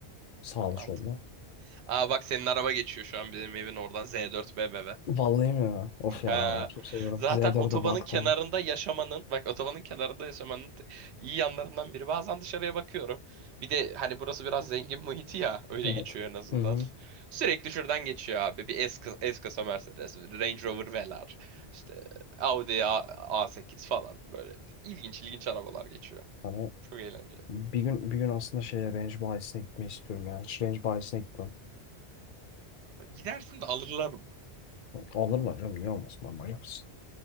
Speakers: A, on the left; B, on the right.
A: Sağlı
B: Mantıklı.
A: sollu.
B: Aa bak senin araba geçiyor şu an bizim evin oradan Z4 BMW. <laughs>
A: Vallahi mi ya? Of ya
B: Ha,
A: çok seviyorum.
B: zaten
A: Z4'e
B: otobanın
A: baktım.
B: kenarında yaşamanın, bak otobanın kenarında yaşamanın te- iyi yanlarından biri. Bazen dışarıya bakıyorum. Bir de hani burası biraz zengin muhiti ya, öyle
A: Evet.
B: geçiyor en azından.
A: Hı hı.
B: <laughs> Sürekli şuradan geçiyor abi. Bir S, kı- S kasa Mercedes, Range Rover Velar, işte Audi A- A8 falan böyle ilginç ilginç arabalar geçiyor.
A: Hani
B: Çok eğlenceli.
A: bir gün bir gün aslında şeye range bayisine gitmeyi istiyorum ya. Hiç range bayisine gitmem.
B: Gidersin de alırlar mı?
A: Alırlar canım niye olmasın ben manyak mısın?